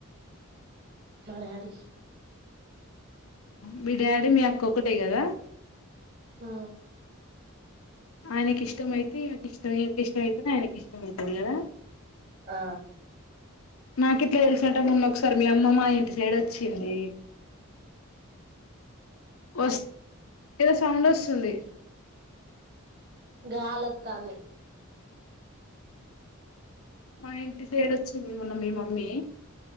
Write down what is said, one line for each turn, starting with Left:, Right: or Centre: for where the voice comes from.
Right: మడడి
Left: మీ డాడీ మీ అక్క ఒకక్కటే కదా
Right: ఆ
Left: ఆయనకి ఇష్టమయితే నాకు ఇష్టం ఇకి ఇష్టం అవుతు నా ఆయనకి ఇష్టంమవుతుది కదా
Right: ఆ
Left: నాకు ఇట్లా తెలిసినట్టే ముొన్న ఒకసారి మ అమ్మ మా ఇంటి సైడ్ వచ్చింది వస్ ఏదో సౌండ్ వస్తుంది
Right: గాలోతంది
Left: మా ఇంటి సైడ్ వచ్చింది మన్న మీ మమ్మీ